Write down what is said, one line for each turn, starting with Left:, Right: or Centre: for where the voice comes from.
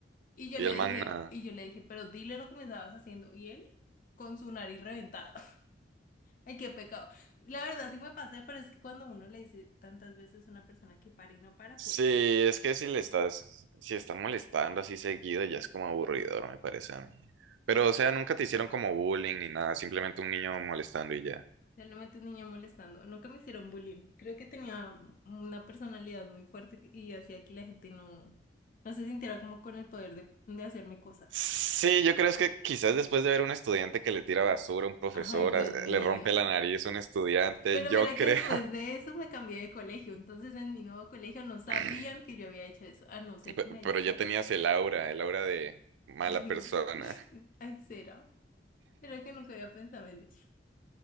Left: Y yo
Right: Y
Left: le
Right: el
Left: dije,
Right: man nada.
Left: y yo le dije, pero dile lo que me estabas haciendo. Y él con su nariz reventada. <laughs> Ay, qué pecado. La verdad sí me pasé, pero es que cuando uno le dice tantas veces a una persona que para y no para,
Right: Sí,
Left: pues...
Right: es que si le estás, si está molestando así seguido, ya es como aburridor, me parece a mí. Pero, o sea, nunca te hicieron como bullying ni nada, simplemente un niño molestando y ya.
Left: Realmente un niño molestando. Nunca me hicieron bullying. Creo que tenía una personalidad muy fuerte que- y hacía que la gente no, no se sintiera como con el poder de, de hacerme cosas.
Right: Sí, yo creo es que quizás después de ver un estudiante que le tira basura a un profesor,
Left: Ay, Dios
Right: as-
Left: mío.
Right: le rompe la nariz a un estudiante,
Left: Pero
Right: yo
Left: mira
Right: creo.
Left: que después de eso me cambié de colegio. Entonces en mi nuevo colegio no sabían
Right: <laughs>
Left: que yo había hecho eso, a no ser
Right: <clears throat> Pe-
Left: que me hayan
Right: Pero ya
Left: sapeado.
Right: tenías el aura, el aura de mala
Left: Ay,
Right: persona.
Left: ay, será. Pero que nunca había pensado en eso.